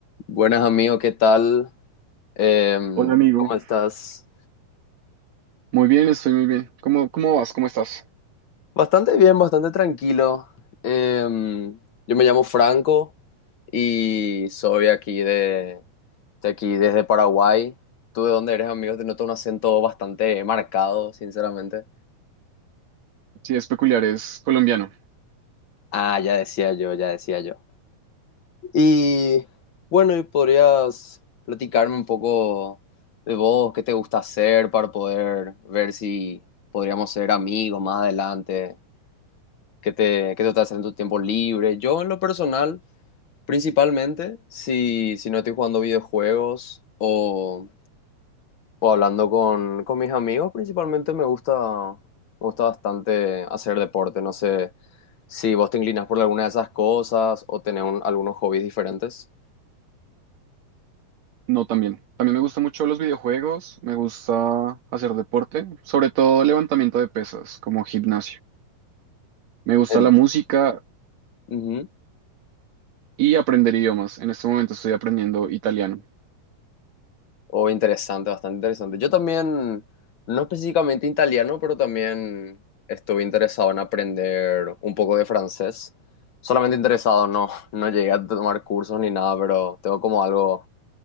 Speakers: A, on the left; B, on the right.
A: Buenas amigo, ¿qué tal? Em,
B: Hola amigo,
A: ¿cómo estás?
B: muy bien, estoy muy bien. ¿Cómo, cómo vas? ¿Cómo estás?
A: Bastante bien, bastante tranquilo. Em, yo me llamo Franco y soy aquí de, de aquí desde Paraguay. ¿Tú de dónde eres, amigo? Te noto un acento bastante marcado, sinceramente.
B: Si es peculiar, es colombiano.
A: Ah, ya decía yo, ya decía yo. Y bueno, ¿y podrías platicarme un poco de vos, qué te gusta hacer para poder ver si podríamos ser amigos más adelante? ¿Qué te, qué te estás haciendo en tu tiempo libre? Yo, en lo personal, principalmente, si, si no estoy jugando videojuegos o, o hablando con, con mis amigos, principalmente me gusta, me gusta bastante hacer deporte. No sé si vos te inclinas por alguna de esas cosas o tenés un- algunos hobbies diferentes.
B: No, también. También me gustan mucho los videojuegos, me gusta hacer deporte, sobre todo levantamiento de pesas, como gimnasio. Me gusta
A: En-
B: la música
A: Ujú.
B: y aprender idiomas. En este momento estoy aprendiendo italiano.
A: Oh, interesante, bastante interesante. Yo también, no específicamente italiano, pero también estuve interesado en aprender un poco de francés. Solamente interesado, no, no llegué a tomar cursos ni nada, pero tengo como algo,